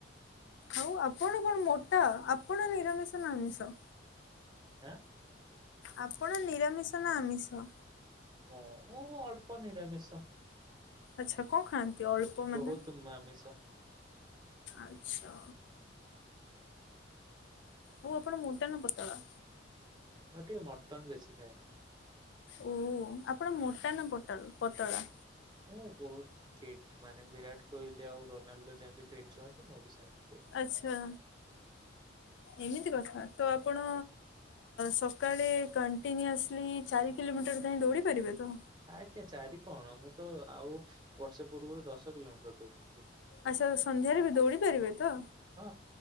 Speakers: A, on the left; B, on the right.
A: ଆଉ ଆପଣ କଣ ମୋଟା, ଆପଣ ନିରାମିଷ ନା ଆମିଷ।
B: ଆଁ।
A: ଆପଣ ନିରାମିଷ ନା ଆମିଷ।
B: ହଁ ମୁଁ ଅଳ୍ପ ନିରାମିଷ।
A: ଆଚ୍ଛା କଣ ଖାଆନ୍ତି। ଅଳ୍ପ ମାନେ
B: ବହୁତ ମାମିସ।
A: ଆଚ୍ଛା। ଓଉ ଆପଣ ମୋଟା ନା ପତଳା।
B: ଏଟି ମର୍ଟନ ବେଶୀ ଖାଏ।
A: ଓ ଆପଣ ମୋଟା ନା ପୋଟଳ ପତଳା।
B: ହଁ ବହୁତ ଫିଟ ମାନେ ବିରାଟ କୋହଲି ଆଉ ରୋନାଲଡୋ ଯେମିତି ଫିଟ୍ ରୁହନ୍ତି ମୁଁ ବି ସେମ।
A: ଆଚ୍ଛା।
B: ହୁଁ <inaudible>
A: ଏମିତି କଥା ତ ଆପଣ ସକାଳେ କଣ୍ଟିନୁସଲି ଚାରି କିଲୋମିଟର ଧାଇଁ ଁ ଦୌଡ଼ି ପାରିବେ ତ?
B: ଆଜ୍ଞା ଚାରି କଣ ମୁଁ ତ ଆଉ ବର୍ଷେ ପୂର୍ବରୁ ଦଶ କିଲୋମିଟର ଦୌଡୁଥିଲି।
A: ଆଚ୍ଛା ସନ୍ଧ୍ୟାରେ ବି ଦୌଡ଼ି ପାରିବେ ତ?
B: ହଁ